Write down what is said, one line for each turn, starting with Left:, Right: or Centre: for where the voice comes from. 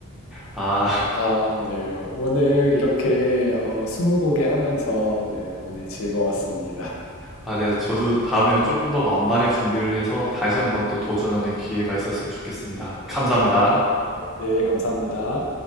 Centre: 아,
Left: 아, 네. 오늘 이렇게 어, 스무고개 하면서 네, 오늘 즐거웠습니다.
Centre: 아, 네. 저도 다음에는 조금 더 만반의 준비를 해서 다시 한번 또 도전하는 기회가 있었으면 좋겠습니다. 감사합니다.
Left: 네, 감사합니다.